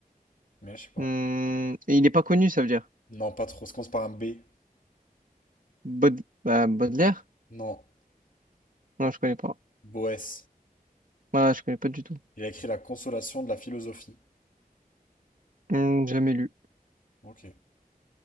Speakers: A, on the left (about 60°); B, on the right (about 60°).
A: Mais je sais pas.
B: Hmm, Et il n'est pas connu, ça veut dire.
A: Non, pas trop. Ça commence par un B.
B: Baud... Bah, Baudelaire?
A: Non.
B: Non, je connais pas.
A: Boès.
B: Voilà, je connais pas du tout.
A: Il a écrit La consolation de la philosophie.
B: Hmm, jamais lu.
A: Ok.